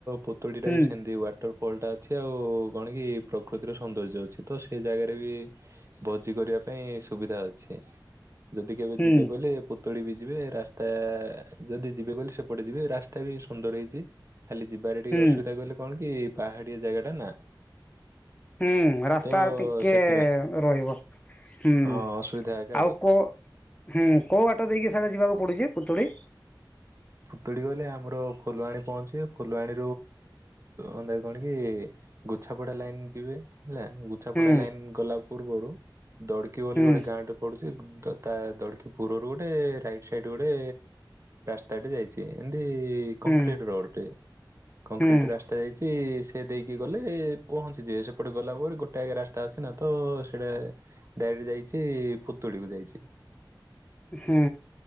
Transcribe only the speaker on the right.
ପୋତୁ ଟା
ବି ସେମିତି ୱାଟରଫଲଟା ଅଛି ଆଉ କଣ କି ପ୍ରକୃତିର ସୌନ୍ଦର୍ଯ୍ୟ ଅଛି ତ ସେଇ ଜାଗାରେ ବି ଭୋଜି କରିବା ପାଇଁ ସୁବିଧା ଅଛି ଯଦି କେବେ
ଯିବେ କହିଲେ ପୋତଳି ବି ଯିବେ ରାସ୍ତା ଯଦି ଯିବେ କହିଲ ସେପଟେ ଯିବେ ରାସ୍ତା ବି ସୁନ୍ଦର ହେଇଛି। ଖାଲି ଯିବାରେ ଟିକେ
ଅସୁବିଧା କହିଲେ କଣ କି ପାହାଡ଼ିଆ ଜାଗାଟା ନା।
ତ
ସେଥିପାଇଁ
ହଁ ଅସୁବିଧା ଏକା
ପୁତୁଡ଼ି କହିଲେ ଆମର ଫୁଲବାଣୀ ପହଞ୍ଚିବେ ଫୁଲବାଣୀ ଅନ୍ଧା କଣ କି ଗୁଛାପଡା ଲାଇନ ଯିବେ ହେଲା ପଛାପଟା
ଲାଇନ୍ ଗଲା ପୂର୍ବରୁ ଦଡ଼କି ବୋଲି
ଗୋଟେ ଗାଁ ଟେ ପଡ଼ୁଛି ତା ଦଡ଼ିକି ପୁରରୁ ଗୋଟେ ରାଇଟ୍ ସାଇଡ଼୍ ଗୋଟେ ରାସ୍ତାଟେ ଯାଇଛି ଏମିତି କଂକ୍ରିଟ
ରୋଡଟେ। କଂକ୍ରିଟ
ରାସ୍ତା ରାସ୍ତା ଯାଇଛି ସେ ଦେଇକି ଗଲେ ପହଞ୍ଚିଯିବେ ସେପଟେ ଗଲା ପରେ ଗୋଟେ ଆଗା ରାସ୍ତା ଅଛି ନା ତ ସେଇଟା ଡାଇରେକ୍ଟ ଯାଇଛି ପୁତୁଳିକୁ ଯାଇଛି।